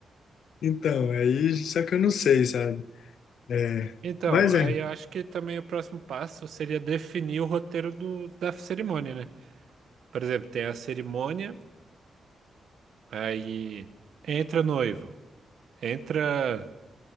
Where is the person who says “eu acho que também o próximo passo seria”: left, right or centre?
Right